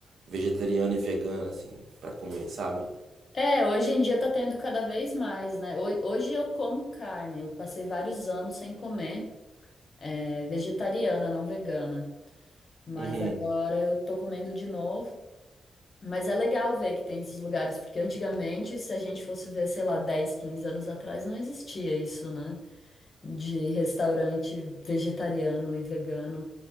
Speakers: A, on the right; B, on the left.
A: vegetariana e vegana, assim, pra comer, sabe?
B: É, hoje em dia tá tendo cada vez mais, né? Ho- Hoje eu como carne, eu passei vários anos sem comer, é, vegetariana, não vegana, mas
A: Uhum.
B: agora eu tô comendo de novo. Mas é legal ver que tem esses lugares, porque antigamente, se a gente fosse ver, sei lá, 10, 15 anos atrás, não existia isso, né? De restaurante vegetariano e vegano.